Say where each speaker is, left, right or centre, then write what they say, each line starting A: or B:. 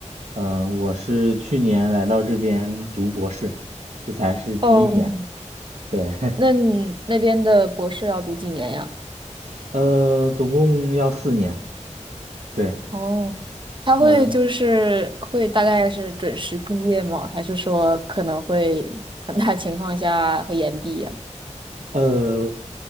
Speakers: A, on the right; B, on the right.
A: 嗯，我是去年来到这边读博士，这才是第一年，
B: 哦，
A: 对，
B: 那你那边的博士要读几年呀？
A: <laughs> 呃，总共要四年，对，
B: 哦，他会就是会大概是准时毕业吗？
A: 嗯，
B: 还是说可能会很大情况下会延毕呀？
A: 呃，